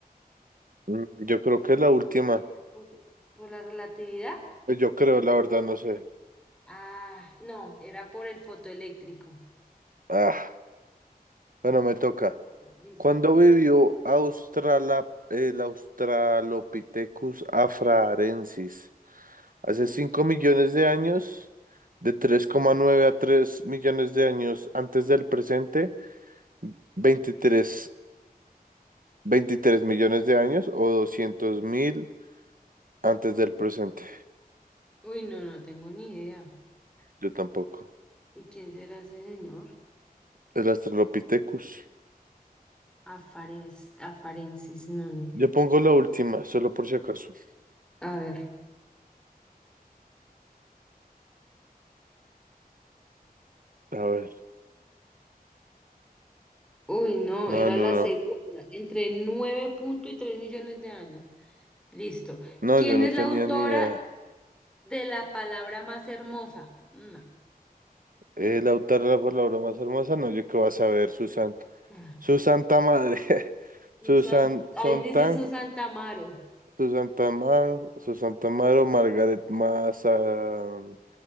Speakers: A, on the right (about 60°); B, in the centre.
A: mm, yo creo que es la última.
B: ¿Por, por la relatividad?
A: Pues Yo creo,
B: No.
A: la verdad, no sé.
B: Ah, no, era por el fotoeléctrico.
A: Ah, bueno, me toca.
B: Listo.
A: ¿Cuándo vivió Australa, el Australopithecus afrarensis? Hace
B: Uf.
A: 5 millones de años, de tres coma nueve a 3 millones de años antes del presente, 23 23 millones de años o doscientos mil antes del presente.
B: Uy, no, no tengo ni idea.
A: Yo tampoco.
B: ¿Y quién será ese señor?
A: El Australopithecus.
B: Afares, Afarensis, no, ni idea.
A: Yo pongo la última, solo por si acaso.
B: A ver.
A: A ver.
B: Uy, no,
A: No,
B: era
A: no,
B: la segunda,
A: no.
B: entre nueve punto y 3 millones de años. Listo.
A: No,
B: ¿Quién
A: yo no
B: es
A: tenía
B: la autora
A: ni idea.
B: de la palabra más hermosa? No.
A: El autor de la palabra más hermosa, no, yo qué vas a ver, Susan.
B: Ah,
A: Su santa madre. <laughs>
B: Susan,
A: Susan Sontag
B: ahí dice Susan Tamaro,
A: Susantamar, Susantamaro, Margaret Mazzantini,